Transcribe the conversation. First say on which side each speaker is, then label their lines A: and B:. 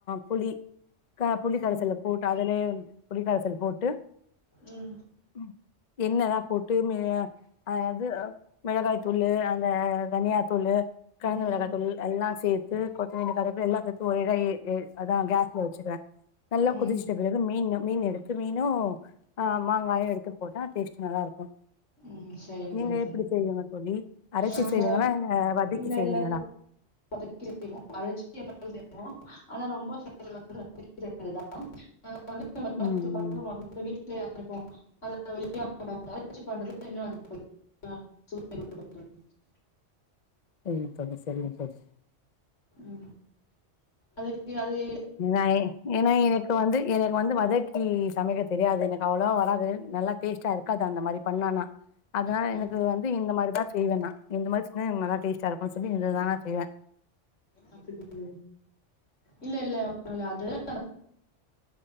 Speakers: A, on the left (about 45°); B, on the left (about 75°).
A: புளி க புளிகரைசல்ல
B: ம்
A: போட்டு அதுலயே புளிகரைசல் போட்டு
B: ம்
A: ம் என்னதா போட் விட்டு மி அது மிளகாய் தூளு அந்த தனியா தூளு காய்ந்த
B: ம்
A: மிளகாய் தூள் எல்லா சேத்து கொத்தமல்லி கருவப்பில எல்லா சேத்து ஒரேடியா அதா கேஸ்ல வச்சுருவ நல்லா
B: ம்
A: குதிச்சுட்ட பிறகு மீன் மீன் எடுத்து மீனு அ மாங்காயு எடுத்து போட்டா டேஸ்ட் டு நல்லா இருக்கு
B: ம் சரிங்க
A: நீங்க
B: தோழி சரிங்க
A: எப்டி
B: தோழி
A: செய்வீங்க அரச்சி
B: நாங்க
A: செய்வீங்களா இல்ல வதக்கி
B: இல்ல
A: செய்வீங்களா
B: இல்ல தோ <unintelligible> ஆனா ரொம்ப <unintelligible> <unintelligible>
A: ம் ம்
B: வீட்டுலயா இருப்போம் <unintelligible> ஆ <inaudible> <unintelligible>
A: சரிங்க தோழி சரிங்க தோழி
B: ம் அதக்கு அதே
A: நய் ஏனா எனக் இப்போ வந்து எனக்கு வந்து வதக்கி சமைக்க தெரியாது எனக்கு அவ்வளவா வராது நல்லா டேஸ்ட்டா இருக்காது அந்த மாதிரி பண்ணான்னா அதனால
B: ம்
A: எனக்கு வந்து இந்த மாரிதா செய்வ நா இந்த மாரி செஞ்சா நல்லா டேஸ்டா இருக்குனு சொல்லி இதுதா நா செய்வ
B: அப்படியா இல்ல இல்ல ஒண்ணு இல்ல அது <inaudible>